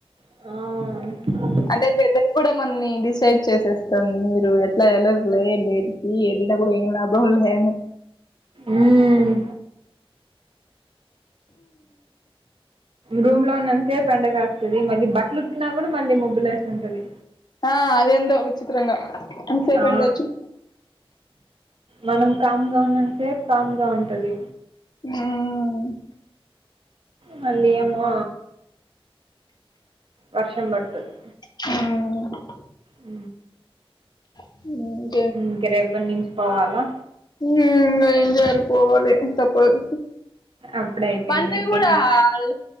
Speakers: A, on the right (about 65°); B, on the left (about 45°).
A: ఆ
B: అంటే వెదరు కూడా మని డిసైడ్ చేసేస్తుంది మీరు ఎట్లా వెళ్లరులే బే మీరెళ్లిన కూడా ఏన్ లాభంల్ళేను
A: మ్మ్ రూమ్ లో ఉన్నన్ సేపు ఎండగాస్తది మళ్ళీ బట్టలు ఉకినా కూడా మళ్ళీ ముబ్బుల వేసి ఉంటది
B: ఆ అదెందో విచిత్రంగా అన్సేపెండొచ్చి
A: ఆ మనం కామ్ గా ఉన్నంత సేపు కామ్ గా ఉంటది
B: మ్మ్
A: మల్లి ఏమో వర్షం పడుతది
B: మ్మ్
A: అ
B: అ
A: ఇంక రేపటి నుంచి పోవాలా
B: మ్మ్ ఏం చేయాలి పోవాలి తప్పదు
A: అప్పుడే అయిపోయింది
B: బందే
A: వీకెండ్
B: కూడాల్